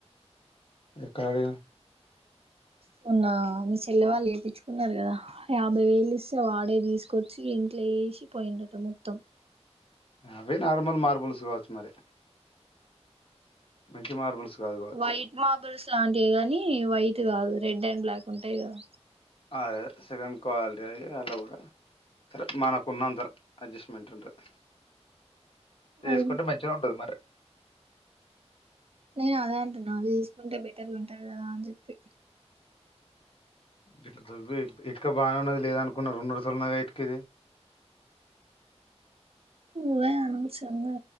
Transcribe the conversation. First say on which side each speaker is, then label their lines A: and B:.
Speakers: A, on the left; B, on the right.
A: ఎక్కడ అడిగావ్
B: మోన్నా మీ చెల్లె వాళ్ళు ఎపిచ్చుకున్నారు కదా యాభై వేలు ఇస్తే వాడే తీసుకొచ్చి ఇంట్లో వేసి పోయిండట మొత్తం
A: అవే నార్మల్ మార్బుల్స్ కావచ్చు మరి మంచి మార్బుల్స్ కాదు కావచ్చు
B: వైట్ మార్బుల్స్ లాంటివి కానీ <unintelligible> వైట్ కాదు రెడ్ అండ్ బ్లాక్ ఉంటాయి కదా
A: అదే సెకండ్ క్వాలిటీ అవి అలా కూడా సరే మనకు ఉన్నంత అడ్జస్ట్మెంట్ ఉంటుంది
B: అవి
A: చేసుకుంటే మంచిగా ఉంటది మరి
B: నేను అదే అంటున్న అవి తీసుకుంటే బెటర్గా ఉంటది కదా అని చెప్పి
A: ఇట్లా దువ్వి ఇట్ బాగాన్నది లేదానుకో న్న రెండు రసలునగా ఇటుకేది
B: దే అనుించంగా